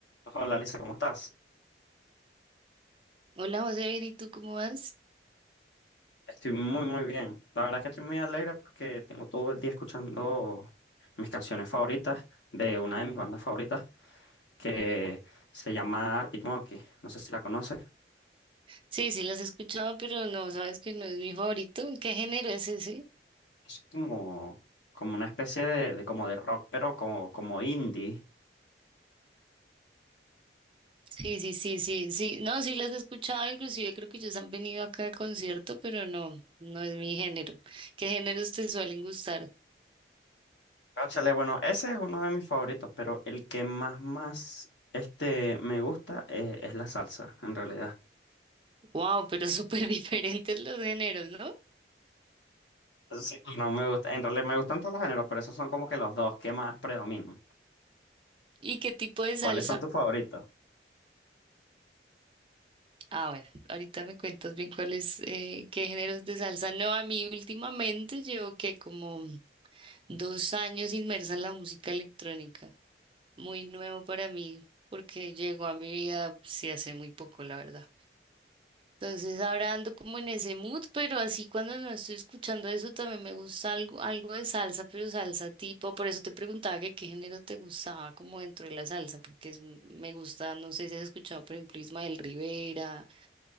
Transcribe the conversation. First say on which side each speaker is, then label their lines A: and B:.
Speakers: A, on the left; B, on the right.
A: Hola, Lisa, ¿cómo estás?
B: Hola José, bien, ¿y tú cómo vas?
A: Estoy muy, muy bien. La verdad que estoy muy alegre porque tengo todo el día escuchando mis canciones favoritas de una de mis bandas favoritas que se llama Arctic Monkey. No sé si la conoces.
B: Sí, sí, las he escuchado, pero no, sabes que no es mi favorito. ¿Qué género es ese?
A: Es como, como una especie de, de como de rock, pero como, como indie.
B: Sí, sí, sí, sí, sí. No, sí las he escuchado, inclusive creo que ellos han venido acá al concierto, pero no, no es mi género. ¿Qué géneros te suelen gustar?
A: Cónchale, bueno, ese es uno de mis favoritos, pero el que más, más este, me gusta eh, es la salsa, en realidad.
B: Wow, pero súper <laughs> diferentes los géneros, ¿no?
A: Sí, no me gusta, en realidad me gustan todos los géneros, pero esos son como que los dos que más predominan.
B: ¿Y qué tipo de
A: ¿Cuáles
B: salsa?
A: son tus favoritos?
B: Ah, bueno, ahorita me cuentas bien cuáles, eh, qué géneros de salsa. No, a mí últimamente llevo que como dos años inmersa en la música electrónica. muy nuevo para mí porque llegó a mi vida pues, sí hace muy poco, la verdad. Entonces ahora ando como en ese mood, pero así cuando no estoy escuchando eso también me gusta algo, algo de salsa, pero salsa tipo, por eso te preguntaba que qué género te gustaba como dentro de la salsa, porque es- me gusta, no sé si has escuchado por ejemplo Ismael Rivera,